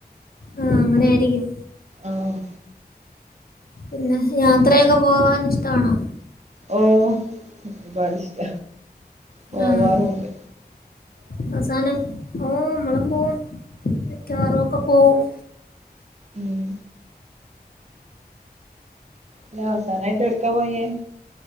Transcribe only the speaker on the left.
ആഹ് അങ്ങനെ ആായിരിക്കും
പിന്നെ യാത്രയൊക്കെ പോവാൻ ഇഷ്ടണോ
ആഹ് അവസാനം ഓ നമ്മളും പോവും കാറുംക്കെ പോകവും